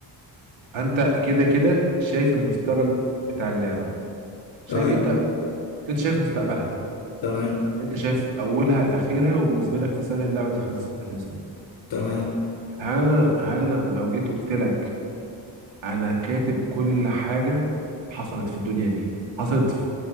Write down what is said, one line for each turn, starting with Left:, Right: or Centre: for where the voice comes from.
Right: فانت كده كده شايف المستقبل بتاع اللعبة شايف
Left: تمام
Right: انت انت شايف مستقبلها
Left: تمام
Right: انت شايف اولها لاخرها وبالنسبة لك اصلا اللعبة دي خلصت اساسا
Left: تمام
Right: هل انا هل انا لو جيت قلت لك انا كاتب كل حاجة حصلت في الدنيا دي حصلت في